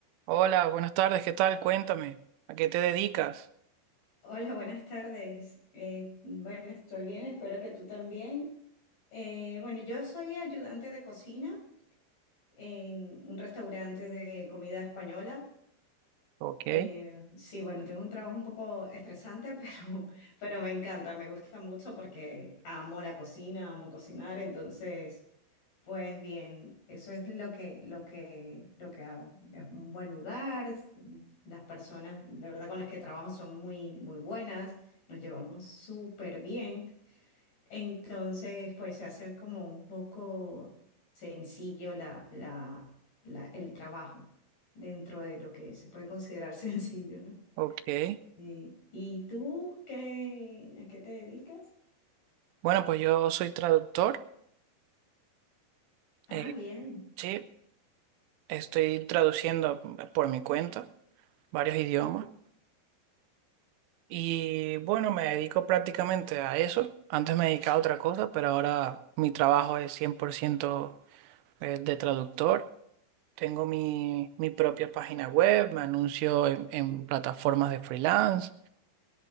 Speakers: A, on the right (about 85°); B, on the left (about 45°).
A: Hola, buenas tardes, ¿qué tal? Cuéntame, ¿a qué te dedicas?
B: Hola, buenas tardes. Eh, bueno, estoy bien, espero que tú también. Eh, bueno, yo soy ayudante de cocina en un restaurante de comida española.
A: Ok,
B: Eh, sí, bueno, tengo un trabajo un poco estresante, <laughs> pero, pero me encanta, me gusta mucho porque amo la cocina, amo cocinar, entonces... Pues bien, eso es lo que, lo que, lo que hago. Es un buen lugar, es- las personas de verdad con las que trabajo son muy, muy buenas, nos llevamos súper bien. Entonces, pues se hace como un poco sencillo la, la, la- el trabajo dentro de lo que se puede considerar <laughs> sencillo, ¿no?
A: ok.
B: Sí. ¿y tú qué, a qué te dedicas?
A: Bueno, pues yo soy traductor,
B: Ah,
A: eh,
B: bien.
A: sí, estoy traduciendo por mi cuenta varios idiomas y bueno, me dedico prácticamente a eso. Antes me dedicaba a otra cosa, pero ahora mi trabajo es 100% de traductor. Tengo mi, mi propia página web, me anuncio en en plataformas de freelance.